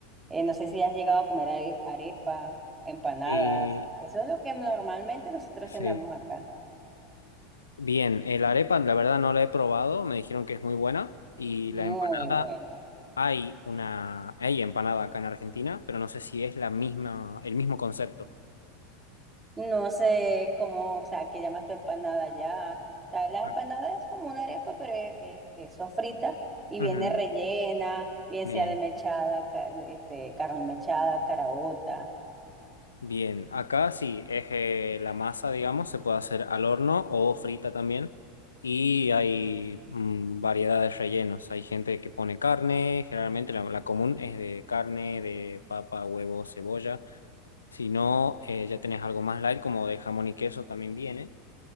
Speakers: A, on the right; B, on the left.
A: Eh, no sé si has llegado a comer are- arepa, empanadas,
B: Eh,
A: eso es lo que normalmente nosotros
B: sí.
A: cenamos acá.
B: Bien, el arepa, la verdad no la he probado, me dijeron que es muy buena y
A: Muy
B: la empanada.
A: bueno.
B: Hay una, hay empanada acá en Argentina, pero no sé si es la misma, el mismo concepto.
A: No sé cómo, o sea, qué llamas tu empanada ya. O sea, la
B: Ah,
A: empanada es como una arepa, pero es, es- es sofrita y
B: Ujú.
A: viene rellena, bien
B: Bien,
A: sea de mechada, ca- este, carne mechada, caraota.
B: bien. Acá sí, es eh, la masa, digamos, se puede hacer al horno o frita también. Y hay mm, variedad de rellenos. Hay gente que pone carne, generalmente la, la común es de carne, de papa, huevo, cebolla. Si no, eh, ya tenés algo más light, como de jamón y queso también viene.